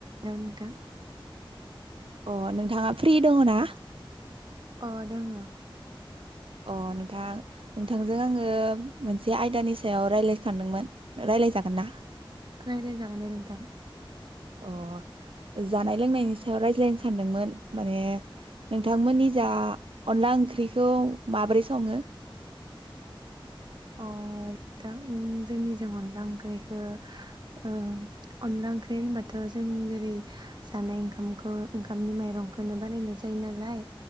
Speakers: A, on the right (about 55°); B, on the right (about 75°).
A: द नोंथां।
B: अ नोंथाङा फ्रि दङ ना?
A: अ दोङो।
B: अ नोंथां नोंथांजों आङो मोनसे आयदानि सायाव रायलायनो सानदोंमोन रायलायजागोन ना?
A: रायलाय जागोन दे नोंथां।
B: अ जानाय लोंनायनि सायाव रायज्लायनो सानदोंमोन माने नोंथांमोननि जा अनला ओंख्रिखौ माब्रै सङो?
A: अ नोंथां जोंनिजों अनला ओंख्रैखो ओ अनला ओंख्रि होनबाथ जों जेरै जानाय ओंखामखौ ओंखामनि माइरंखौनो बानायनाय जायो नालाय